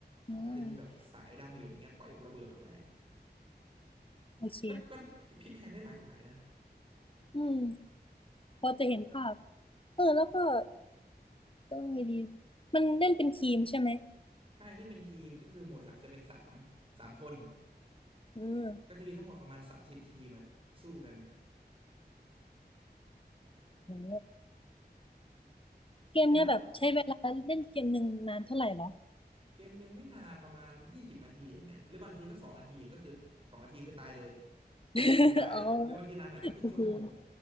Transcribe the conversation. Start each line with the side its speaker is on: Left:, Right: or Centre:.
Left: อ่
Right: อาจจะมีแบบสายดาเมจอย่างเงี้ยปล่อยระเบิดออกไป
Left: าโอเค
Right: ก็ก็พลิกแพลงได้หลากหลายนะ
Left: อืมพอจะเห็นภาพเออแล้วก็ก็ไงดีมันเล่นเป็นทีมใช่ไหม
Right: ใช่เล่นเป็นทีมก็คือโหมดหลักจะเป็นสามสามคน
Left: อืม
Right: ก็จะมีทั้งหมดประมาณสามสิบทีมมาสู้กัน
Left: โอ้ เกมเนี่ยแบบใช้เวลาเล่นเกมหนึ่งนานเท่าไหร่เหรอ
Right: แล้ว เกมหนึ่งไม่นานประมาณยี่สิบนาทีอย่างเงี้ยหรือบางทีก็สองนาทีก็คือสองนาทีคือตายเลยลงไปปุ๊บตายหรือบางทีนานหน่อยก็ครึ่งชั่วโมง
Left: <laughs> อ๋อก็คือ